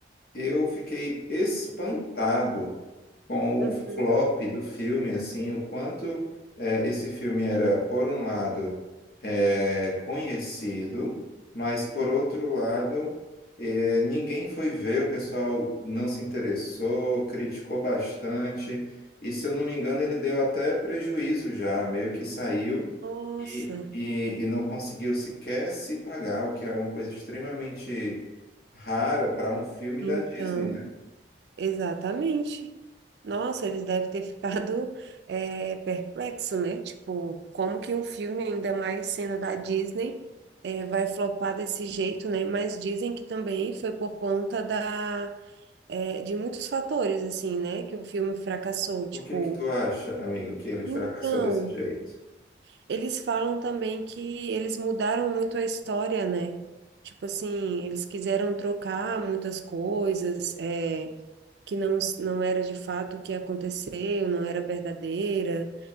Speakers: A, on the left (about 55°); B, on the right (about 65°).
A: eu fiquei espantado com
B: Uhum.
A: o flop do filme, assim, o quanto eh, esse filme era, por um lado, eh, conhecido, mas por outro lado, eh, ninguém foi ver, o pessoal não se interessou, criticou bastante, e se eu não me engano, ele deu até prejuízo já, meio que saiu
B: Nossa,
A: e, e, e não conseguiu sequer se pagar, o que é uma coisa extremamente rara para um filme
B: então.
A: da Disney, né?
B: Exatamente. Nossa, eles devem ter ficado <laughs> é, perplexo, né? Tipo, como que um filme, ainda mais sendo da Disney, é, vai flopar desse jeito, né? Mas dizem que também foi por conta da, é, de muitos fatores, assim, né? Que o filme fracassou. Tipo,
A: Por que que tu acha, amigo, que ele
B: então,
A: fracassou desse jeito?
B: eles falam também que eles mudaram muito a história, né? Tipo assim, eles quiseram trocar muitas coisas, é, que não, não era de fato o que aconteceu, não era verdadeira.